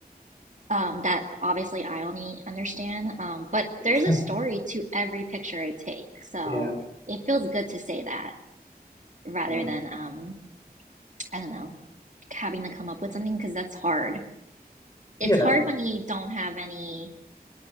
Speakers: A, on the right; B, on the left.
A: um, that obviously I only understand. Um, but
B: <laughs>
A: there's a story to every picture I take, so
B: Yeah.
A: it feels good to say that rather
B: Yeah.
A: than um, I don't know having to come up with something because that's hard. It's
B: Yeah.
A: hard when you don't have any